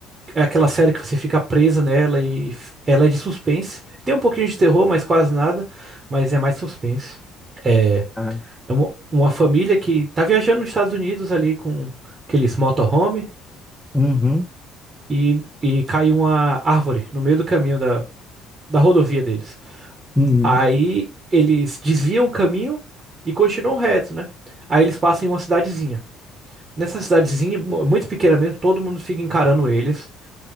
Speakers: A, on the right; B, in the centre.
A: É aquela série que você fica preso nela e f- ela é de suspense. Tem um pouquinho de terror, mas quase nada. Mas é mais suspense. É,
B: Ah,
A: é uma, uma família que tá viajando nos Estados Unidos ali com aqueles motorhome
B: uhum.
A: e, e cai uma árvore no meio do caminho da, da rodovia deles.
B: Uhum.
A: Aí eles desviam o caminho e continuam reto, né? Aí eles passam em uma cidadezinha. Nessa cidadezinha, mu- muito pequena mesmo, todo mundo fica encarando eles.